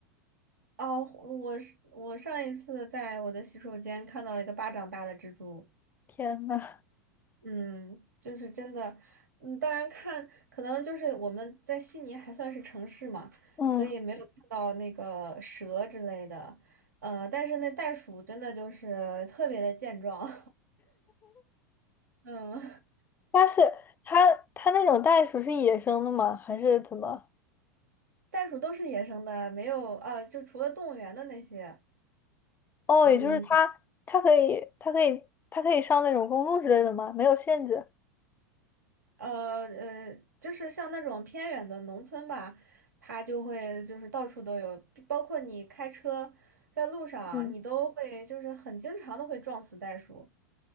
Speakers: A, on the right; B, on the left.
A: 哦，我是我上一次在我的洗手间看到了一个巴掌大的蜘蛛。
B: 天呐，
A: 嗯，就是真的，嗯，当然看，可能就是我们在悉尼还算是城市嘛，
B: 嗯，
A: 所以没有看到那个蛇之类的，呃，但是那袋鼠真的就是特别的健壮，<laughs> 嗯，
B: 但是它它那种袋鼠是野生的吗？还是怎么？
A: 袋鼠都是野生的，没有啊，就除了动物园的那些，
B: 哦，
A: 嗯，
B: 也就是它它可以它可以它可以上那种公路之类的吗？没有限制。
A: 呃呃，就是像那种偏远的农村吧，它就会就是到处都有，包括你开车在路上，
B: 嗯。
A: 你都会就是很经常的会撞死袋鼠。